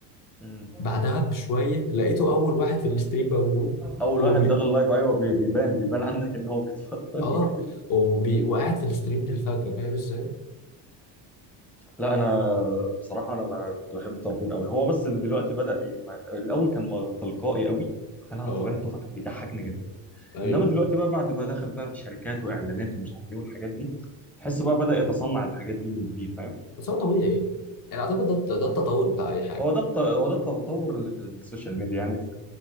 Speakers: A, in the centre; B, on the left.
A: مم.
B: بعدها بشويه لقيته اول واحد في الستريم موجود
A: اول
B: وبي...
A: واحد داخل اللايف ايوه بي- بيبان بيبان عندك ان هو بيتفرج
B: اه وبي... وقاعد في الستريم للفجر فاهم ازاي؟
A: <laughs> لا انا بصراحه انا ب- كنت بحب طربون قوي هو بس دلوقتي بدا ي- الاول كان م- تلقائي قوي فكان على
B: اه
A: طبيعته فكان بيضحكنا جدا
B: ايوه
A: انما دلوقتي بقى بعد ما دخل بقى في شركات واعلانات ومش عارف ايه والحاجات دي تحس بقى بدا يتصنع الحاجات دي من جديد فاهم
B: بس هو طبيعي يعني اعتقد ده الت- ده التطور بتاع اي حاجه
A: هو ده الت- هو ده التطور اللي في السوشيال ميديا يعني في